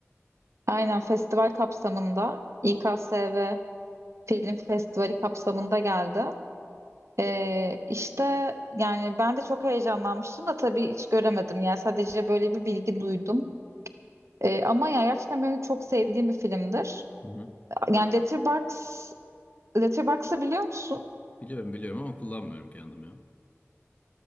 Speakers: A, on the right (about 70°); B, on the left (about 30°).
A: Aynen festival kapsamında İKSV Film Festivali kapsamında geldi. Ee, işte yani ben de çok heyecanlanmıştım da tabii hiç göremedim. Yani sadece böyle bir bilgi duydum. Ee, ama yani gerçekten benim çok sevdiğim bir filmdir.
B: Hı hı.
A: Yani Letterboxd, Letterboxd'ı biliyor musun?
B: Biliyorum biliyorum ama kullanmıyorum kendim ya.